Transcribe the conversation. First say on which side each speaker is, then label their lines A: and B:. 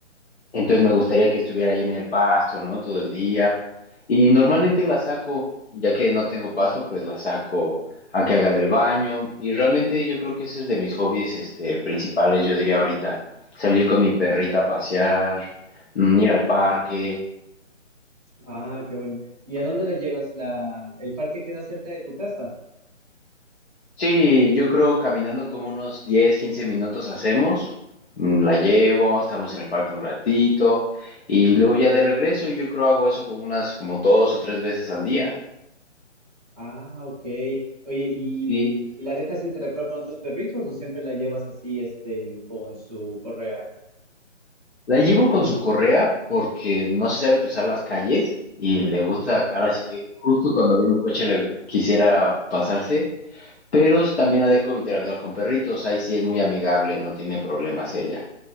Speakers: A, on the left; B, on the right.
A: Entonces me gustaría que estuviera ahí en el pasto, ¿no? Todo el día. Y normalmente la saco, ya que no tengo pasto, pues la saco a que haga del baño. Y realmente yo creo que ese es de mis hobbies, este, principales, yo diría ahorita. Salir con mi perrita a pasear, mm, ir al parque.
B: Ah, qué bueno. ¿Y a dónde la llevas? La, ¿el parque queda cerca de tu casa?
A: Sí, yo creo caminando como unos 10, 15 minutos hacemos. Mm, La llevo, estamos en el parque un ratito. Y luego ya de regreso, y yo creo hago eso como unas como dos o tres veces al día.
B: Ah, ok. Oye, ¿y,
A: Sí.
B: y la dejas interactuar con otros perritos o siempre la llevas así, este, con su correa?
A: La llevo con su correa porque no se sabe cruzar las calles y le gusta,
B: Ujú.
A: ahora sí que justo cuando viene un coche le quisiera pasarse, pero también la dejo interactuar con perritos, ahí sí es muy amigable, no tiene problemas ella.